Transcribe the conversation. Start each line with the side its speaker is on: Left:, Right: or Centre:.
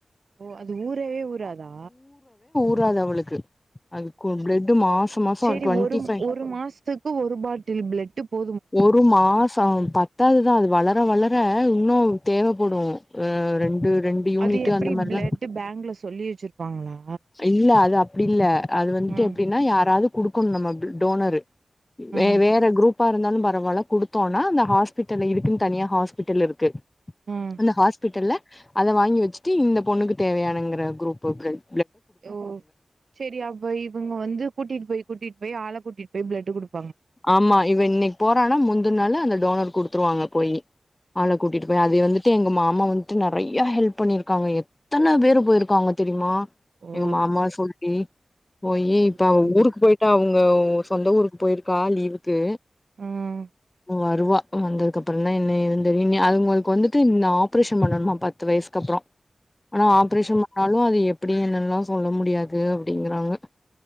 Right: ஓ அது ஊரவே ஊராதா
Left: ஊராது அவளுக்கு அதுக்கு பிளட் மாச மாச
Right: சரி
Left: டுவெண்ட்டி
Right: ஒரு
Left: ஃபை
Right: ஒரு மாசத்துக்கு ஒரு பாட்டில் பிளட் போ
Left: ஒரு மாசம் பத்தாது தான் அது வளர வளர இன்னும் தேவைப்படும் அஹ் ரெண்டு ரெண்டு யூனிட்
Right: அது எப்டி
Left: அந்த மாரிலா
Right: பிளட் பேங்குல சொல்லி வச்சிருப்பாங்களா
Left: இல்ல அது அப் அப்பிடி இல்ல அது வந்துட்டு
Right: ம்
Left: எப்டின்னா யாராவது குடுக்கணு நம்ம பி டோனரு வே
Right: ம்
Left: வேற குரூப் அப்பா இருந்தாலும் பரவாயில்ல குடுத்தோம்னா அந்த ஹாஸ்பிட்டல இருக்குன்னு தனியா ஹாஸ்பிட்டல் இருக்கு
Right: ம்
Left: அந்த ஹஸ்பிட்டல்ல அத வாங்கி வச்சுட்டு இந்த பொண்ணுக்கு தேவையானுங்கிற குரூப்பு பிலெட்
Right: ஓ சேரி அப்ப இவுங்க வந்து கூட்டிட்டு போயி குட்டிட்டு போய் ஆள கூட்டிட்டு போய் பிளட்டு குடுப்
Left: ஆமா இவ இன்னைக்கு போறானா முந்தின நாள் அந்த டோனர் குடுத்துருவாங்க போயி் ஆள கூட்டிட்டு போய் அது வந்துட்டு எங்க மாமா அம்மா வந்துட்டு நிறைய ஹெல்ப் பண்ணிருக்காங்க எத்தனை பேரு போயிருக்காங்க தெரியுமா
Right: ஓ
Left: எங்க மாமாவ சொல்லி போயி இப்ப அவ
Right: செரி
Left: ஊருக்கு போயிட்டாங்க ஓ சொந்த ஊருக்கு போயிருக் கா லீவுக்கு
Right: உம்
Left: வருவா வந்ததுக்கு அப்புறம் தான் என்ன ஏதுன்னு தெரியும் அவுங்களுக்கு வந்துட்டு இந்த ஆபரேஷன் பண்ணணுமா பத்து வயசுக்கு அப்புறம் ஆனா ஆப்ரேஷன் பண்ணாலும் அது எப் அப்டி என்னல்லாம் சொல்ல முடியாது அப்டிங்கறாங்க